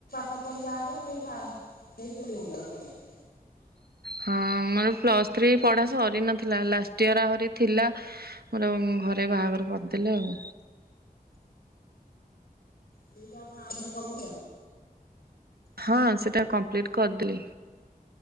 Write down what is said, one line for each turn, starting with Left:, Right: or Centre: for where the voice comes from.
Left: ସେପଟେ ଯାହାକର ସେଇଟା, ସେଇ ଚୁଲି ମୁଣ୍ଡର କରିବି।
Right: ହଁ ମୋର ପ୍ଲସ୍ ଥ୍ରୀ ପଢା ସରି ନଥିଲା ଲାଷ୍ଟ ଇୟର୍ ଆହୁରି ଥିଲା ମୋର ଘରେ ବାହାଘର କରିଦେଲେ ଆଉ।
Left: ଦେଇକି ଆପଣ ଆଉଥରେ ପଢିଲେ ଆଉ।
Right: ହଁ ସେଟା କମ୍ପ୍ଲିଟ୍ କରିଦେଲିି,